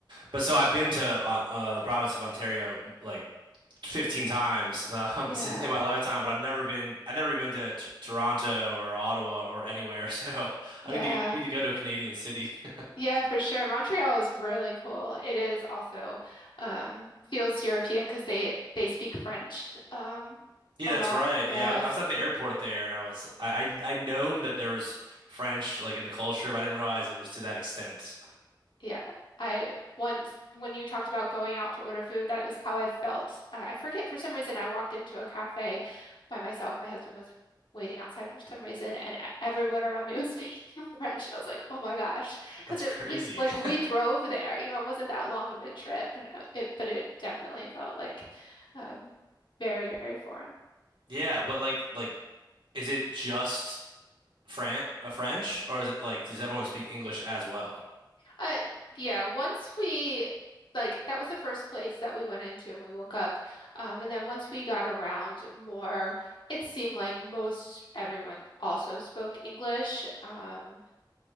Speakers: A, on the right; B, on the left.
A: but so I've been to uh, uh, the province of Ontario like 15 times um,
B: Yeah.
A: <laughs> in my lifetime, but I've never been I've never even been to t Toronto or Ottawa or anywhere. <laughs> So
B: Yeah.
A: I need to go, I need to go to a Canadian city. <laughs>
B: Yeah, for sure. Montreal is really cool. It is also um feels European because they they speak French um
A: Yeah,
B: a
A: that's
B: lot.
A: right.
B: Yes.
A: Yeah, I was, I was at the airport there, and I was I I I'd known that there was French like in the culture, but I didn't realize it was to that extent.
B: Yeah. I once, when you talked about going out to order food, that was how I felt. Uh, I forget for some reason, I walked into a cafe by myself. My husband was waiting outside for some reason, and e- everyone around me was <laughs> speaking French. I was like, oh my gosh. Because
A: That's
B: it,
A: crazy.
B: we, d- like, we
A: <laughs>
B: drove there, you know, it wasn't that long of a trip, and uh, it, but it definitely felt like um, very, very foreign.
A: Yeah, but like like is it just Fran uh, French or is it like does everyone speak English as well?
B: Uh, yeah, once we like that was the first place that we went into when we woke up. Um, and then once we got around more, it seemed like most everyone also spoke English. Um,